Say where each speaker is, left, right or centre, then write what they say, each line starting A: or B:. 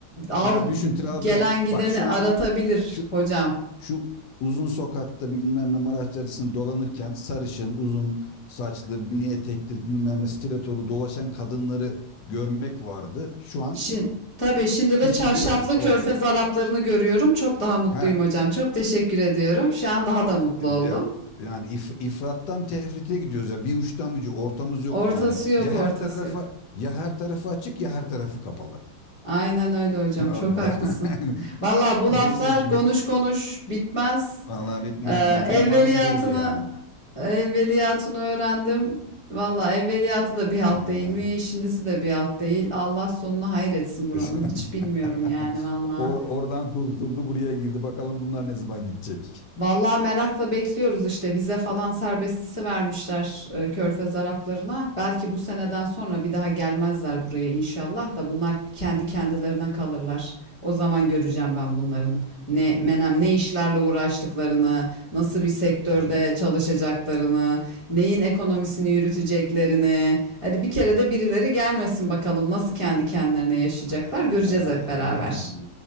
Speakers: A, on the left; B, on the left.
A: Al
B: Yani düşün Trabzon.
A: gelen gideni
B: Bak şu
A: aratabilir
B: an şu
A: hocam.
B: Şu uzun sokakta bilmem ne Maraş Caddesi'nde dolanırken sarışın, uzun saçlı, mini etekli bilmem ne stilettolu dolaşan kadınları görmek vardı. Şu an
A: Şimdi tabii şimdi de
B: hiçbiri
A: çarşaflı
B: yok. Oh.
A: körfez Araplarını görüyorum. Çok daha mutluyum
B: Heh.
A: hocam. Çok teşekkür ediyorum. Şu an daha da mutlu oldum.
B: Yani, yani if- ifrattan tefrite gidiyoruz ya. Bir uçtan bir uca. ortamız yok
A: Ortası
B: yani.
A: yok,
B: Ya her
A: ortası
B: tarafa
A: yok.
B: ya her tarafı açık ya her tarafı kapalı.
A: Aynen öyle hocam.
B: <laughs>
A: Çok
B: Allah.
A: haklısın.
B: <laughs>
A: Vallahi bu
B: Neyse
A: laflar
B: güne,
A: konuş konuş bitmez.
B: vallahi bitmez
A: Ee,
B: ya.
A: evveliyatını
B: Benim anım buydu yani.
A: evveliyatını öğrendim. Valla evveliyatı da bir halt
B: Ee,
A: değilmiş, şimdisi de bir halt değil. Allah sonuna hayretsin buranın.
B: <laughs>
A: Hiç bilmiyorum yani valla.
B: Or- oradan kurtuldu buraya girdi. Bakalım bunlar ne zaman gidecek.
A: Vallahi merakla bekliyoruz işte vize falan serbestisi vermişler e, Körfez Araplarına.
B: Ha,
A: Belki bu seneden sonra bir daha gelmezler buraya inşallah da bunlar kendi kendilerine kalırlar. O zaman göreceğim ben bunların ne menem ne işlerle uğraştıklarını, nasıl bir sektörde
B: Aynen,
A: çalışacaklarını, neyin ekonomisini
B: aynen.
A: yürüteceklerini. Hadi bir kere de birileri gelmesin bakalım nasıl kendi kendilerine yaşayacaklar
B: Ha,
A: göreceğiz
B: Aynen, aynen,
A: hep beraber.
B: aynen.